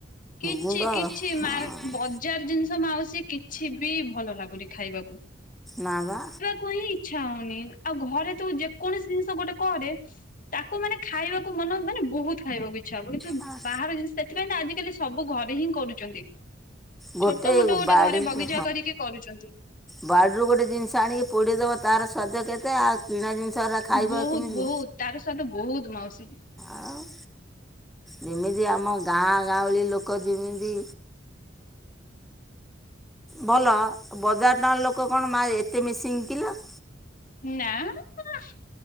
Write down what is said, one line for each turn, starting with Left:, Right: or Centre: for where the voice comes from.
Left: କିଛି
Centre: ଗୁଣ୍ଡ
Left: କିଛି
Centre: ହଁ।
Left: ମାର ବଦ୍ ଜାର ଜିନିଷ ମାଉସ କିଛି ବି ଭଲ ଲାଗୁନି ଖାଇବାକୁ।
Centre: ନା ବା।
Left: କୁ ହି ଇଚ୍ଛା ହଉନି ଆଉ ଘରେ ତୁ ଯେକୌଣସି ଜିନିଷ ଗୋଟେ କରେ ତାକୁ ମାନେ ଖାଇବାକୁ ମନ ମାନେ ବହୁତ ଖାଇବାକୁ ଇଚ୍ଛା ହବ କିନ୍ତୁ
Centre: ଆ
Left: ବାହାର ଜିନିଷ ସେଥିପାଇଁ ଆଜିକାଲି ସବୁ ଘରେ ହିଁ କରୁଛନ୍ତି।
Centre: ଗୋଟେ
Left: ଛୋଟ ମୋଟ ଗୋଟେ
Centre: ବାଡ଼ି
Left: ଘରେ ବଗିଚା
Centre: ହଁ
Left: କରିକି କରୁଛନ୍ତି।
Centre: ବାଡ଼ିରୁ ଗୋଟେ ଜିନିଷ ଆଣିକି ପୋଡ଼ିଦେବ ତାର ସ୍ୱାଦ କେତେ ଆଉ କିଣା ଜିନିଷ ହେଟା ଖାଇବ
Left: ବହୁତ
Centre: ଆଉ କେମିତି
Left: ବହୁତ ତାର ସ୍ୱାଦ ବହୁତ ମାଉସି।
Centre: ଆଉ ଯେମିତି ଆମ ଗାଁ ଗାଉଳି ଲୋକ ଯେମିତି ଭଲ ବଜାର ଟାଙ୍କା ଲୋକ କଣ ମା ଏତେ ମିସିଙ୍ଗ କିଲ?
Left: ନା ନା